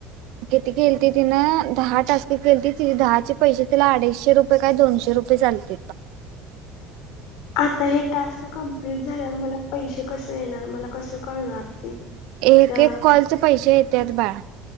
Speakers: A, on the right (about 70°); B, on the left (about 75°).
A: किती केलीती तिनं, दहा टास्क केलीती, तिला दहाचे पैसे तिला अडीचशे रुपये काय दोनशे रुपये चालत
B: आता हे टास्क कम्प्लीट झाल्यावर, मला पैसे कसं येणार? मला कस कळणार ते?
A: एक
B: त्या
A: एक कॉलचे पैसे येतात बाळ.